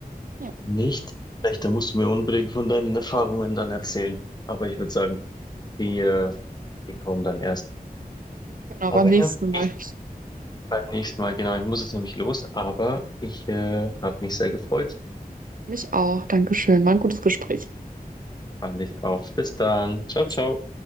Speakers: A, on the right; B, on the left.
A: Ja,
B: Nicht? Echt, da musst du mir unbedingt von deinen Erfahrungen dann erzählen. Aber ich würde sagen, Die, äh, die kommen dann erst.
A: genau,
B: Aber
A: beim nächsten
B: ja,
A: Mal.
B: ich beim nächsten Mal, genau. Ich muss jetzt nämlich los, aber ich äh, habe mich sehr gefreut.
A: Mich auch. Dankeschön. War ein gutes Gespräch.
B: Fand ich auch. Bis dann. Ciao,
A: Bis
B: ciao.